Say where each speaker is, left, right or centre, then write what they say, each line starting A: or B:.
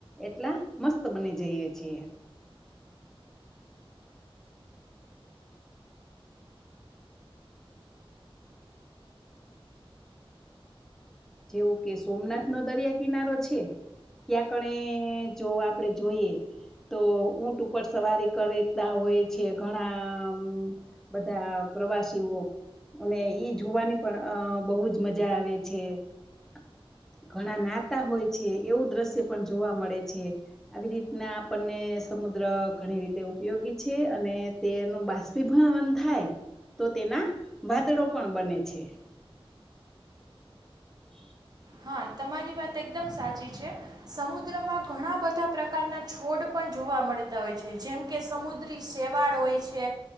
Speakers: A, in the centre; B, on the right.
A: એટલા મસ્ત બની જઈએ છીએ જેવું કે સોમનાથ નો દરિયા કિનારો છે. ક્યાં કણે જો આપડે જોઈએ તો ઊંટ ઉપર સવારી કરે કરતા હોય છે ઘણામ બધા પ્રવાસીઓ અને ઈ જોવાની પણ અહહ બહુ જ મજા આવે છે. <inaudible> <inaudible> ઘણા નાતા હોય છે એવું દ્રશ્ય પણ જોવા મળે છે આવી રીતના આપણને સમુદ્ર ઘણી રીતે ઉપયોગી છે અને તેનું બાષ્પીભવન થાય તો તેના વાદળો પણ બને છે. <inaudible> <inaudible>
B: હા તમારી વાત એકદમ સાચી છે સમુદ્રમાં ઘણા બધા પ્રકારના છોડ પણ જો જોવા મળતા હોય છે જેમ કે સમુદ્રી શેવાળ હોય છે